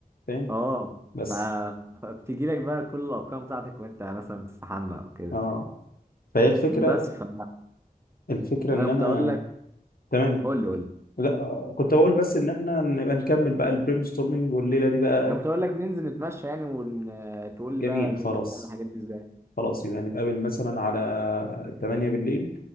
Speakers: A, on the left (about 65°); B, on the right (about 15°).
A: فاهم
B: أه
A: بس
B: ف... فبتجي لك بقى كل الأفكار بتاعتك وأنت مثلا بتستحمى أو كده
A: اه فهي الفكرة
B: بس فأنا
A: الفكرة ان انا
B: كنت أقول لك
A: تمام
B: قول لي قول لي
A: لا كنت بقول بس ان احنا نبقى نكمل بقى البريم ستورمنج والليله دي بقى
B: انا كنت اقول لك ننزل نتمشى يعني وتقول لي
A: جميل
B: بقى ان
A: خلاص
B: انت بتعمل الحاجات دي ازاي
A: خلاص يبقى نتقابل مثلا على 8 بالليل